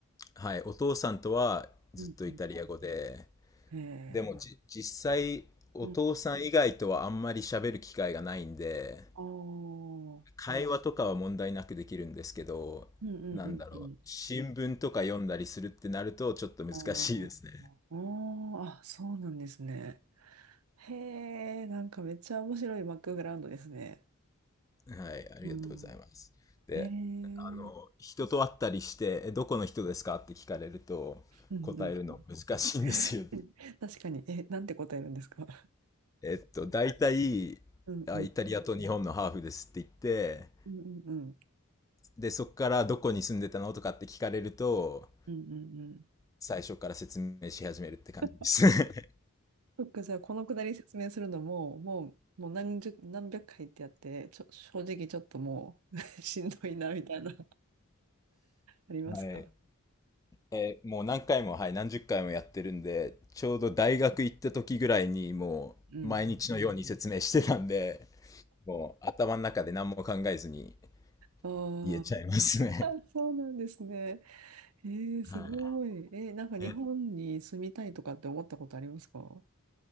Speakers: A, on the left (about 15°); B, on the right (about 80°).
A: はい。お父さんとはずっとイタリア語で、
B: うんうん。へえ
A: でもじ、実際、お父さん以外とはあんまり喋る機会がないんで、
B: うん。ああ、
A: 会話とかは問題なくできるんですけど、
B: うんうんうんうん。
A: なんだろう、新聞とか読んだりするってなると、ちょっと難しいですね。
B: あーあー、あそうなんですね。へえ、なんかめっちゃ面白いバックグラウンドですね。
A: はい、ありがとうございます。
B: うん。
A: で、
B: へえ、
A: あの、
B: うん
A: 人と会ったりして、え、どこの人ですかって聞かれると、
B: うんうん。
A: 答えるの難しいんですよ。
B: <laughs> うん確かに、え、なんて答えるんですか
A: えっと、大体、
B: うんうん。
A: あ、イタリアと日本のハーフですって言って、
B: うんうんうん。
A: で、そこからどこに住んでたのとかって聞かれると、
B: うんうんうん。
A: 最初から説明し始めるって感じです。
B: <laughs>
A: <laughs>
B: そっか、じゃあ、このくだり説明するのも、もう、もう何十、何百回ってやって、ちょ、正直ちょっともう <laughs> しんどいな、みたいな、ありますか
A: はい。えーもう何回も、はい、何十回もやってるんで、ちょうど大学行った時ぐらいにもう毎日のように説明してたんで、
B: うんうん。
A: もう頭の中で何も考えずに
B: あー
A: 言えちゃいますね。
B: あ、そうなんですね。へえ、すごい。
A: <laughs> は
B: えなんか日本に住みたいとかって思ったことありますかう
A: い。<laughs> え、